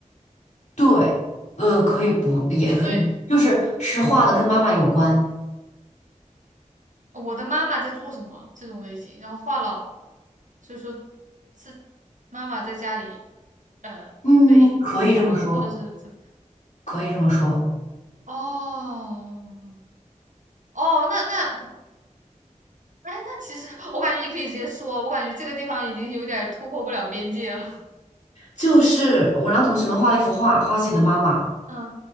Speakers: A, on the left (about 65°); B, on the right (about 70°).
A: 对，呃，可以不，也可以不，
B: 所以
A: 就是是画的跟妈妈有关。
B: 哦我的妈妈在做什么这种类型，然后画了，所以说是妈妈在家里呃被被打或者是怎么。
A: 嗯，可以这么说，可以这么说，
B: 哦哦，那那哎，那其实我感觉你可以直接说，我感觉这个地方已经有点儿突破不了边界了。
A: 就是我让同学们画了一幅画，画自己的妈妈。
B: 嗯